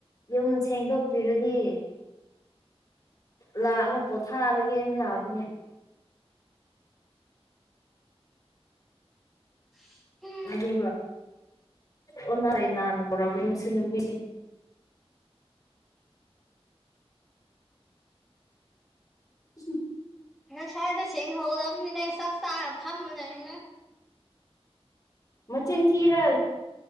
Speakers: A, on the left; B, in the centre.
A: ꯌꯨꯝ ꯁꯦꯡꯗꯣꯛꯄꯤꯔꯗꯤ ꯂꯥꯛꯑꯒ ꯄꯣꯊꯥꯔꯒꯦꯅ ꯂꯥꯛꯄꯅꯦ
B: <inaudible>
A: ꯃꯗꯨ ꯑꯣꯟꯅ ꯇꯩꯅꯥꯅ ꯇꯧꯔꯝꯃꯤ ꯁꯤ ꯅꯨꯄꯤꯁꯤ <inaudible>
B: ꯉꯥꯁꯥꯏꯗ ꯁꯦꯡꯍꯧꯗꯕꯅꯤꯅꯦ ꯆꯥꯛ ꯆꯥꯔ ꯐꯝꯃ ꯂꯩꯔꯒ
A: ꯃꯆꯤꯟ ꯊꯤꯔ